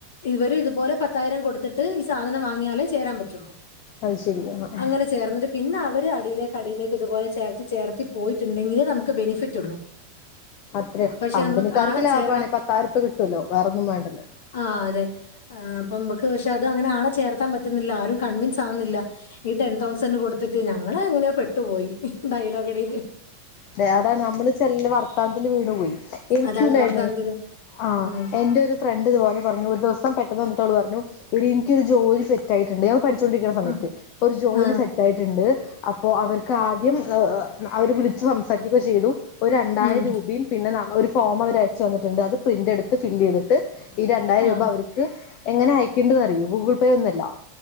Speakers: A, on the left (about 55°); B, on the left (about 40°).
A: ഇവരും ഇത് പോലെ പത്ത് പത്തായിരം കൊട്ത്തിട്ട് ഈ സാധനം വാങ്ങ്യാലെ ചേരാൻ പറ്റുള്ളു
B: അത് ശരി ആഹ് ആഹ്
A: അങ്ങനെ ചേർന്നിട്ട് പിന്നെ അവര് അടിയിലേക്ക് അടിയിലേക്ക് ഇതുപോലെ ചേർത്തി ചേർത്തി പോയിട്ടുണ്ടെങ്കിൽ നമുക്ക് ബെനിഫിറ്റ് ഉള്ളൂ
B: അത്രയും
A: പക്ഷെ
B: കമ്പനിക്കാർക്ക്
A: നമുക്ക് ആളെ
B: ലാഭാണ്
A: ചേ
B: പത്തായിരം റുപ്യ കിട്ടല്ലോ വേറൊന്നും വേണ്ടല്ലോ
A: ആഹ് അതെ അപ്പൊമ്മക്ക് പക്ഷെ അത് അങ്ങനെ ആളെ ചേർത്താൻ പറ്റുന്നില്ല ആരും കൺവീൻസ് ആവുന്നില്ല ഈ ടെൻ തൗസൻഡ് കൊടുത്തിട്ട് ഞങ്ങള് എങ്ങനെയോ പെട്ടുപോയി ഡയലോഗ് അടിയില്
B: അതെ അതാണ് നമ്മള് ചെല്ല വർത്താനത്തില് വീണു പോവേ എനിക്കൂണ്ടായിരുന്നു
A: അതാ വർദ്ധാനത്തിന്
B: ആഹ്
A: ഉം
B: എന്റെ ഒരു ഫ്രണ്ട് ഇതുപോലെ പറഞ്ഞു ഒരു ദിവസം പെട്ടെന്ന് വന്നിട്ടവൾ പറഞ്ഞു എടീ എനിക്ക് ഒരു ജോലി സെറ്റായിട്ടുണ്ട് പഠിച്ചൊണ്ടിരിക്കണ സമയത്ത്
A: ആ
B: ഒരു ജോലി
A: ആ
B: സെറ്റ് ആയിട്ടുണ്ട് അപ്പോ അവർക്ക് ആദ്യം അവര് വിളിച്ച് സംസാരിക്കൊക്കെ ചെയ്തു ഒരു രണ്ടായിരം
A: ഉം
B: രൂപേം പിന്നെ നമ്മ ഒരു ഫോം അവര് അയച്ചു തന്നിട്ടുണ്ട് അത് പ്രിന്റ് എടുത്ത് ഫില്ല് ചെയ്തിട്ട് ഈ രണ്ടായിരം
A: ആ
B: രൂപ അവര് ഇത് എങ്ങനെ അയക്കണ്ടന്ന് അറിയോ ഗൂഗിൾ പേ ഒന്നുഅല്ല